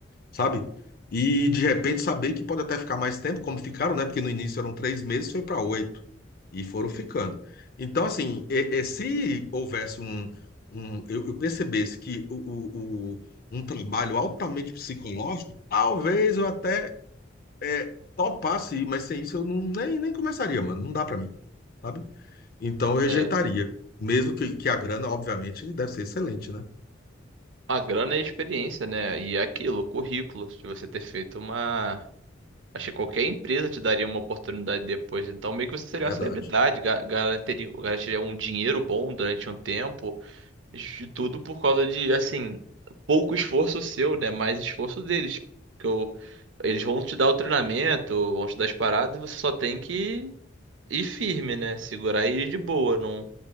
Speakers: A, on the left (about 50°); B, on the right (about 75°).
A: sabe? E de repente saber que pode até ficar mais tempo, como ficaram, né? Porque no início eram três meses, foi para oito, e foram ficando. Então, assim, e- e se houvesse um, um eu, eu percebesse que o, o, o- um trabalho altamente psicológico, talvez eu até é, topar sim, mas sem isso eu não, nem, nem começaria, mano. Não dá pra mim, sabe? Então eu rejeitaria.
B: é.
A: Mesmo que, que a grana, obviamente, deve ser excelente, né?
B: A grana é a experiência, né? E é aquilo, o currículo, de você ter feito uma. Acho que qualquer empresa te daria uma oportunidade depois. Então, meio que você seria
A: É verdade.
B: uma celebridade, ga- garantiria, garantiria um dinheiro bom durante um tempo. De tudo por causa de, assim, pouco esforço seu, né? Mais esforço deles. que o- eles vão te dar o treinamento, vão te dar as paradas, e você só tem que ir firme, né? Segurar e ir de boa. Não,